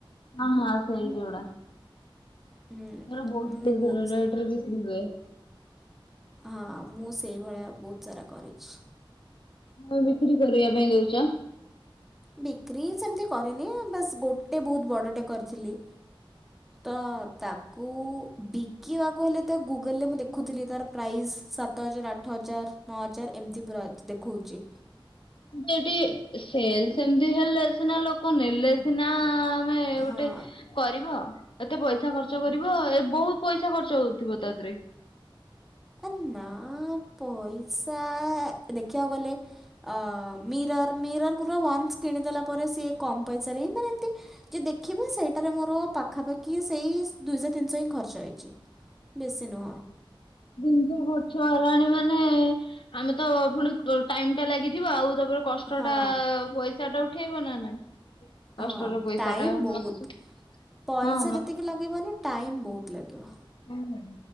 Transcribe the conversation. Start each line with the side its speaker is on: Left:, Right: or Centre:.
Left: ହଁ ହଁ ସେଇ ଯଉଡ଼ା।
Centre: ହୁଁ
Left: ସେରା ବୋହୁତ
Centre: ମୁଁ ବହୁ
Left: ଦି ରେ ରେଟରେ ବିକ୍ରି ହୁଏ।
Centre: ହଁ ମୁଁ ସେଇଭଳିଆ ବହୁତ ସାରା କରିଛି।
Left: ମାନେ ବିକ୍ରି କରିବା ପାଇଁ ଦଉଚ?
Centre: ବିକ୍ରି ସେମିତି କରିରେନି ବାସ୍ ଗୋଟେ ବୋହୁତ ବଡ଼ଟେ କରିଥିଲି।
Left: ହୁଁ
Centre: ତ ତାକୁ ବିକିବାକୁ ହେଲେ ତ ଗୁଗଲରେ ମୁଁ ଦେଖୁଥିଲି ତାର ପ୍ରାଇସ୍ ସାତ ହଜାର ଆଠ ହଜାର ନଅ ହଜାର ଏମିତି ପୁରା ଦେଖଉଚି।
Left: ସେଠି ସେଲ ସେମିତି ହେଲେ ସିନା ଲୋକ ନେଲେ ସିନା ତମେ ଗୋଟେ
Centre: ହଁ
Left: କରିବ ଏତେ ପଇସା ଖର୍ଚ୍ଚ କରିବ। ତ ଏ ବହୁତ ପଇସା ଖର୍ଚ୍ଚ ହଉଥିବ ତାଥିରେ।
Centre: କନ ନା ପଇସା ଦେଖିବାକୁ ଗଲେ ଆ ମିରର୍ ମିରର ଗୁର ୱାନ୍ସ କିଣିଦେଲା ପରେ ସିଏ କମ୍ ପଇସାରେ ହିଁ ମାନେ ଏମିତି ଯେ ଦେଖିବେ ସେଇଟାରେ ମୋର ପାଖାପାଖି ସେଇ ଦୁଇଶହ ତିନଶ ହିଁ ଖର୍ଚ୍ଚ ହେଇଚି। ବେଶୀ ନୁହ।
Left: ଜିନିଷ ଖର୍ଚ୍ଚ ହେଲାଣି ମାନେ ଆମେ ତ ପୁଣି ଟାଇମ ଟା ଲାଗିଥିବ ଆଉ ତାପରେ କଷ୍ଟ
Centre: ହଁ
Left: ଟା ପଇସା ଟା ଉଠେଇବ ନା ନାଇଁ। କଷ୍ଟର
Centre: ହଁ
Left: ପଇସା
Centre: ଟାଇମ୍
Left: ଟା
Centre: ବୋହୁତ
Left: ମତେ
Centre: ପଇସା
Left: ହଁ
Centre: ଯେତିକି ଲାଗିବନି ଟାଇମ୍ ବୋହୁତ ଲାଗିବ।
Left: ଉ